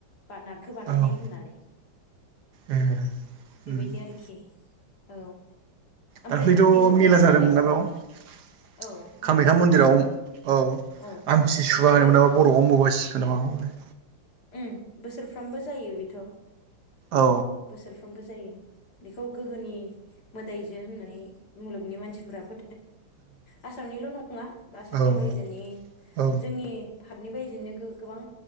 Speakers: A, on the left (about 50°); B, on the right (about 60°).
A: बा नारखो बानायनाय
B: औ
A: होननानै
B: ए
A: बेबायदि
B: उम
A: आरोखि औ ओमफ्राय
B: दाख्लैथ'
A: बिसोरथ'
B: मेला
A: गोदोनि
B: जादोंमोनना बेयाव
A: औ अम्बुबासि
B: कामाख्या मन्दिराव
A: मेला जादों
B: औ
A: औ
B: आमथि सुवा
A: बेयो
B: होन मोनाबा बर'आवब बय सिखौ ना हनाय
A: उ बोसोर सफ्रामबो जायो बेथ'
B: औ
A: बोसोरफ्रोमबो जायो बेखौ गोहोनि मोदायजो होननानै मुलुगनि मानसिफोरा फो आसामनिल' नङा आसामनि
B: औ
A: बायजोनि
B: औ
A: जोंनि भपनि बायजोनि बिनो गोबां